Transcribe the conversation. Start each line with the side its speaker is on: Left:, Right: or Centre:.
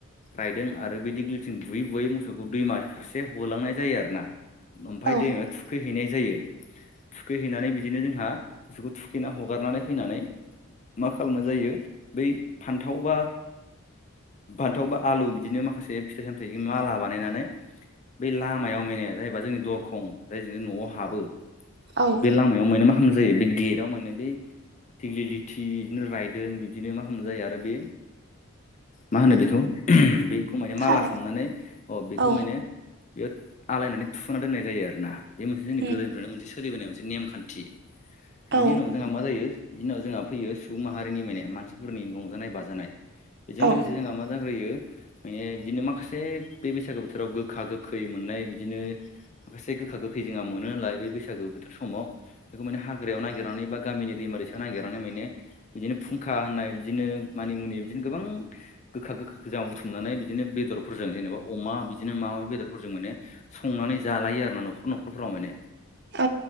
Left: रायदों आरो बे दिग्लिलिथिजों बुयै बुयै मोसौखौ दैमा फारसे होलांनाय जायो आरोना ओमफ्राय
Right: औ
Left: दैमायाव थुखैहैनाय जायो। थुखैहैनानै बिदिनो जोंहा मोसौखौ थुखैना हगारनानै फैनानै मा खालामनाय जायो बै फान्थाव बा फान्थाव बा आलु बिदिनो माखासे फिथाइ सामथाय माला बानायनानै बे लामायाव <unintelligible> जोंनि दरखं जाय न'आव हाबो
Right: औ
Left: बे लामायाव माने मा खामनाय जायो बे गेटाव माने बे दिग्लि लिथि बिदिनो रायदों बिदिनो मा खालामनाय जायो आरो बे मा होनो बेखौ बे खौ माने
Right: थारै
Left: माला खालामनानै अ बेखौ
Right: औ
Left: माने बेयाव आलायनानै थुना दोननाय जायो आरोना। बे मोनसे जोंनि
Right: उम
Left: गोदोनिफ्रायनो मोनसे सोलिबोनाय मोनसे नेमखानथि बिनि
Right: औ
Left: उनाव जोंहा मा जायो बिनि उनाव जोंहा फैयो सुबुं माहारिनि माने मानसिफोरनि रंजानाय बाजानाय। बेजों
Right: औ
Left: लोगोसे जोंहा मा जाग्रोयो माने बिदिनो माखासे बे बैसागो बोथोराव गोखा गोखै मोननाय बि बिदिनो माखासे गोखा गोखै जोंहा मोनो नालाय बे बैसागु बोथोर समाव बेखौ माने हाग्रायाव नागिरनानै बा गामिनि दैमा दैसा नागिरनानै माने बिदिनो फुंखा होननाय बिदिनो मानि मुनि बिदिनो गोबां गोखा गोखाखौ जों बुथुमनानै बिदिनो बेदरफोरजों जेनेबा अमा बिदिनो मा मा बेदरफोरजों माने संनानै जालायो आर ना न'खर न'खरफोराव माने
Right: औ